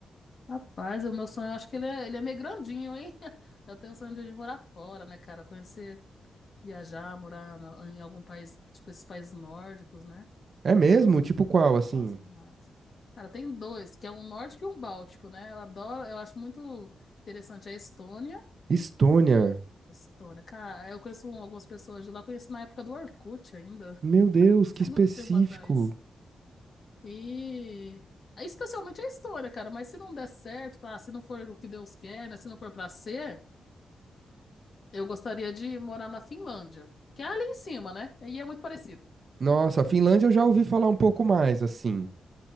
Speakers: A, on the left (about 50°); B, on the right (about 50°).
A: Rapaz, o meu sonho, eu acho que ele é, ele é meio grandinho, hein? <laughs> Eu tenho o sonho de de morar fora, né, cara? Conhecer, viajar, morar na- em algum país, tipo esses países nórdicos, né?
B: É mesmo?
A: Eu.
B: Tipo qual, assim?
A: Nossa, demais. Cara, tem dois, que é um nórdico e um báltico, né? Eu adoro, eu acho muito interessante a Estônia
B: Estônia.
A: e. Estônia, cara, eu conheço um, algumas pessoas de lá, conheço na época do Orkut ainda. <laughs>
B: Meu Deus,
A: Isso
B: que
A: é
B: específico.
A: muito tempo atrás. E é especialmente a história, cara, mas se não der certo, ah, se não for o que Deus quer, né? Se não for pra ser, eu gostaria de morar na Finlândia, que é ali em cima, né? E é muito parecido.
B: Nossa, a Finlândia eu já ouvi falar um pouco mais, assim.